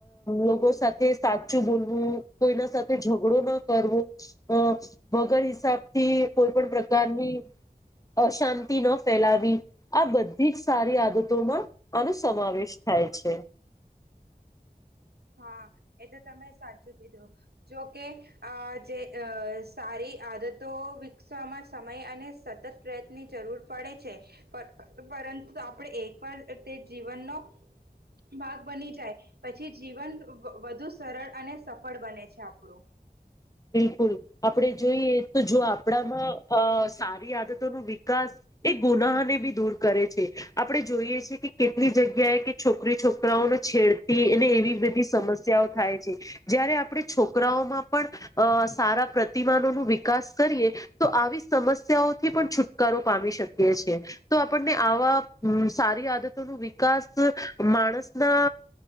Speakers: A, on the left; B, on the right.
A: લોકો સાથે સાચું બોલવું કોઈના સાથે ઝઘડો ના કરવો અ વગર હિસાબ થી કોઈ પણ પ્રકારની અશાંતિ ન ફેલાવી આ બધી જ સારી આદતોમાં આનો સમાવેશ થાય છે
B: હા એ તો તમે સાચું કીધું જોકે આ જે અ સારી આદતો વિકસવામાં સમય અને સતત પ્રયત્નની જરૂર પડે છે પરંતુ આપણે એકવાર તે જીવનનો ભાગ બની જાય પછી જીવન વધુ સરળ અને સફળ બને છે આપણું
A: બિલકુલ આપણે જોઈએ તો જો આપણામાં સારી આદતો ન વિકાસ એ ગુનાહને બી દૂર કરે છે આપણે જોઈએ છે કે કેટલી જગ્યાએ કે છોકરી છોકરાઓને છેડતી અને એવી બધી સમસ્યાઓ થાય જયારે આપણે છોકરાઓમાં પણ અ સારા પ્રતિમાનો ન વિકાસ કરીએ તો આવી સમસ્યાઓથી પણ છુટકારો પામી શકે એ છે તો આપણને આવા સારી આદતોનો વિકાસ માણસના